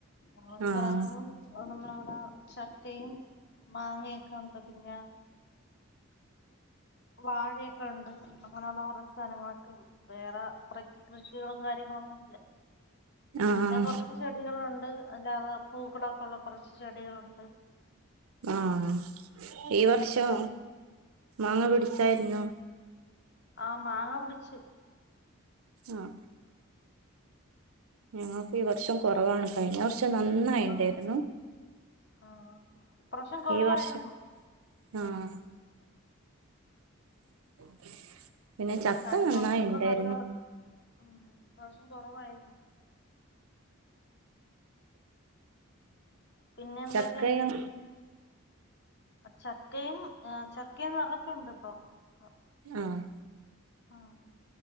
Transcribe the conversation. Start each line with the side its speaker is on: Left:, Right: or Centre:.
Left: അ
Right: ആഹ്
Left: പറയ്പ നമ്മളിവിടെ ചക്കയും മാങ്ങയൊക്കെ ഉണ്ട് പിന്നെ വാഴ അങ്ങനെയുള്ള കൊച്ച് സാനങ്ങളൊക്കെ വേറെ കൃഷി ക കാര്യങ്ങളൊന്നുല്ല
Right: ആഹ്
Left: പിന്നെ കൊറച്ച് ചെടികളുണ്ട് അല്ലാതെ പൂക്കളാക്കെള്ള കൊറ ചെടികളുണ്ട്
Right: ആഹ് ഈ വർഷം മാങ്ങ പിടിച്ചായിരുന്നു
Left: ആ മാങ്ങ പിടിച്ചു
Right: ആന് ഞങ്ങക്ക് ഈ വർഷം കുറവാണ് കഴിഞ്ഞ വർഷം നന്നായിണ്ടായിരുന്നു
Left: ആ ആ ഇപ്രാവശ്യം കുറവായിരുന്നു
Right: ഈ വർഷം ആഹ്
Left: ആ
Right: <unintelligible> ചക്ക
Left: കഴിഞ്ഞ
Right: നന്നായി
Left: വർഷൊക്കെ
Right: ഉണ്ടായിരുന്നു
Left: നല്ല ഉം ഇപ്രാവശ്യം കൊറവായിരുന്നു പിന്നെ എന്തൊക്കെ
Right: ചക്കയും
Left: ണ്ട് ചക്കയും ചക്കയും നിറച്ചുണ്ട് ഇപ്പൊ ആഹ്
Right: ആഹ്
Left: ആഹ്